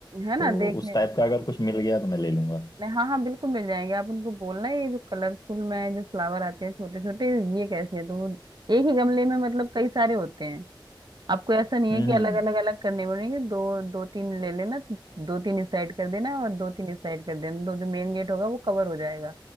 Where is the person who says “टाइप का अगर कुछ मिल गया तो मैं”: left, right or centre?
Left